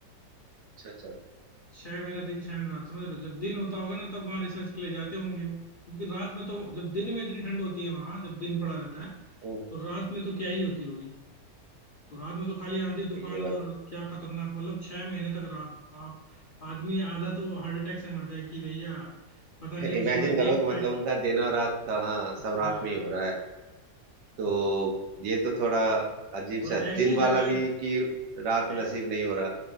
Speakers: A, on the right; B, on the left.
A: अच्छा अच्छा
B: छह महीना दिन छह महीना रात समझ रहे हो जब दिन होता होगा ना तब वहाँ रिसर्च के लिए जाते होंगे क्योंकि रात में तो जब दिन में इतनी ठंड होती है वहाँ जब दिन पड़ा रहता है
A: ओ
B: तो रात में तो क्या ही होती होगी तो रात में तो खाली आंधी तूफान
A: ये
B: और
A: मत
B: क्या खतरनाक मतलब छह महीने तक रात आप आदमी आधा तो हार्ट अटैक से मर जाए कि भैया पता
A: <laughs>
B: नहीं हम
A: इमेजिन
B: सुबह
A: करो
B: देख
A: कि
B: पाए
A: मतलब उनका दिन और रात का हाँ सब
B: हाँ
A: रात में ही हो रहा है तो
B: तो
A: ये तो थोड़ा अजीब
B: और
A: सा है
B: ऐसी
A: दिन वाला
B: जगह
A: भी कि रात
B: ऐ-
A: नसीब नहीं हो रहा